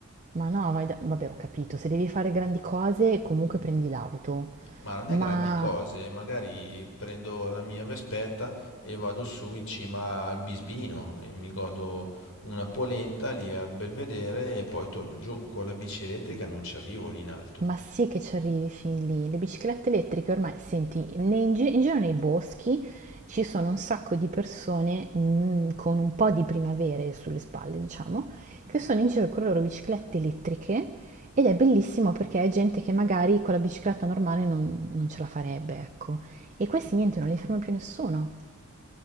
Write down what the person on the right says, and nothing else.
Ma no, vai da- vabbè, ho capito, se devi fare grandi cose, comunque prendi l'auto.
Ma
Ma sì che ci arrivi fin lì, le biciclette elettriche ormai, senti, nei- in, gi- in giro nei boschi ci sono un sacco di persone mm, con un po' di primavere sulle spalle, diciamo, che sono in giro con le loro biciclette elettriche ed è bellissimo perché è gente che magari con la bicicletta normale non, non ce la farebbe, ecco. E questi niente, non li ferma più nessuno.